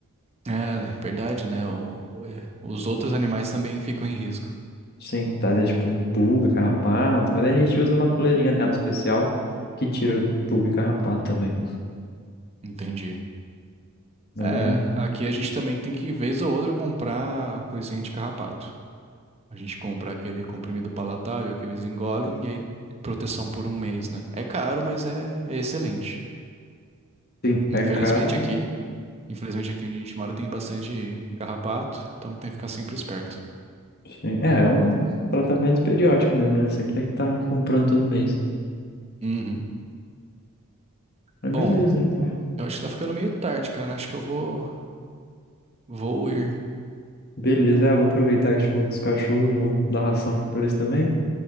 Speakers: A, on the right (about 30°); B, on the left (about 45°).
A: É, verdade, né? O- é, os outros animais também ficam em risco.
B: sim, trazer tipo um pulga, carrapato. Mas daí a gente usa uma coleirinha nela especial que tira pulga e carrapato também.
A: Entendi.
B: Daí
A: É,
B: é,
A: aqui a gente também tem que, vez ou outra, comprar coisinha de carrapato. A gente compra aquele comprimido palatável que eles engolem e aí proteção por um mês, né? É caro, mas é é excelente.
B: sim,
A: Infelizmente
B: é caro, mas
A: aqui. Infelizmente aqui onde a gente mora tem bastante carrapato, então tem que ficar sempre esperto.
B: sim. É, é um tratamento periódico mesmo, né? Sempre tem que estar comprando todo mês.
A: Uhum.
B: Mas
A: Bom,
B: beleza, então.
A: eu acho que tá ficando meio tarde, cara. Acho que eu vou, vou ir.
B: Beleza, é, eu vou aproveitar que a gente falou dos cachorros, vou dar ração aqui pra eles também.